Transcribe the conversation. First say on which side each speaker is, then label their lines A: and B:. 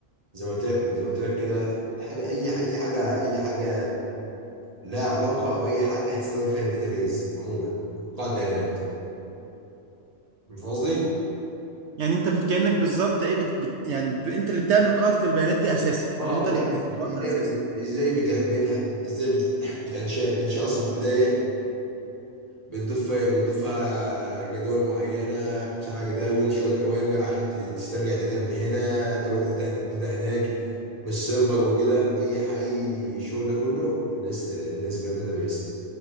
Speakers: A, on the right; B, on the right.
A: زي ما قلت لك زي ما قلت لك كده الحاجه اي اي حاجه اي حاجه لها علاقه او اي حاجه هتستخدم فيها الداتابيز عموما قاعده بيانات فاهم قصدي؟
B: يعني انت بت- كانك بالظبط ايه بت... بت... يعني ب... انت اللي بتعمل قاعده البيانات دي اساسا
A: اه
B: او انت
A: بتع-
B: اللي بتظبطها
A: بت- ازاي
B: اساسا
A: ازاي بتعملها ازاي بت... بتنشأ بتنشأ اصلا من البدايه بتضيف بتضيف فيها جداول معينه بتفتح فيها جداول شويه اوامر عشان ت- تسترجع داتا من هنا تودي داتا داتا هناك مش سيرفر وكده اي اي الشغل ده كله الناس الناس بتعمل داتا بيس